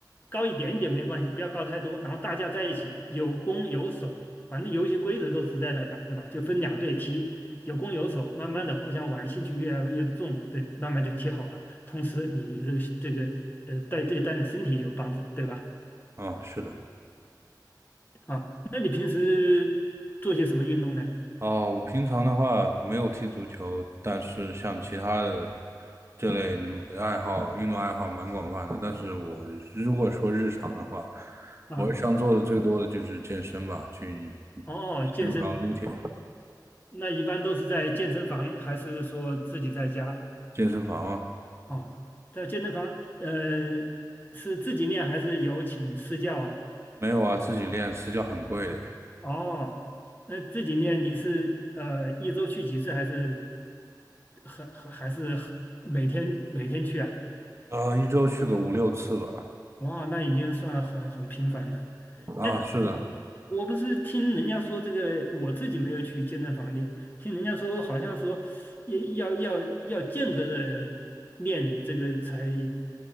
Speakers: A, on the left; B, on the right.
A: 高一点点没关系，不要高太多。然后大家在一起有攻有守，反正游戏规则都是在那摆着吧，就分两队踢，有攻有守，慢慢的互相玩，兴趣越来越重，对，慢慢就踢好了。同时你这这个呃带对锻炼身体也有帮助，对吧？
B: 啊，是的。
A: 啊，那你平时做些什么运动呢？
B: 哦，我平常的话没有踢足球，但是像其他的这类的嗯爱好，运动爱好蛮广泛的。但是我如果说日常的话，
A: 啊，
B: 我日常做的最多的就是健身吧，去
A: 哦，健身，
B: 健身房撸铁。
A: 那一般都是在健身房，还是说自己在家？
B: 健身房啊，
A: 哦，在健身房，呃，是自己练还是有请私教啊？
B: 没有啊，自己练私教很贵的，
A: 哦，那自己练你是呃一周去几次，还是很还还是很每天每天去啊？
B: 啊，一周去个五六次吧。
A: 哇，那已经算很很频繁了。
B: 啊，
A: 哎，
B: 是的，
A: 我我不是听人家说这个，我自己没有去健身房练，听人家说好像说要要要要间隔着练这个才